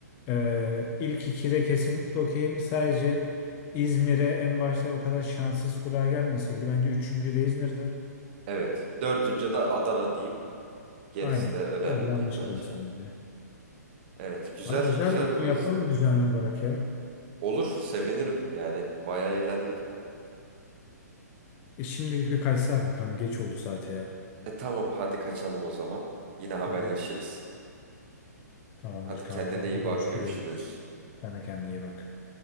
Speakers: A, on the left; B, on the right.
A: e, ilk ikide kesinlikle okeyim. Sadece İzmir'e en başta o kadar şanssız kura gelmeseydi. Bence üçüncü de İzmir'de.
B: Evet, dördüncü de Adana diyeyim. Gerisi
A: Aynen.
B: de önemli
A: Öyle anlaşalım
B: değil bence.
A: seninle.
B: Evet, güzel,
A: Abi güzel
B: güzel
A: de
B: quizdi.
A: bunu yapalım düzenli olarak ya.
B: Olur, sevinirim yani. Bayağı eğlendim.
A: E şimdilik bir kaçsam kanka. Geç oldu saate ya.
B: E tamam, hadi kaçalım o zaman. Yine haberleşiriz.
A: Tamam. Tamamdır
B: Hadi
A: kanka.
B: kendine
A: Hadi
B: iyi
A: görüşürüz.
B: bak görüşürüz.
A: Sen de kendine iyi bak.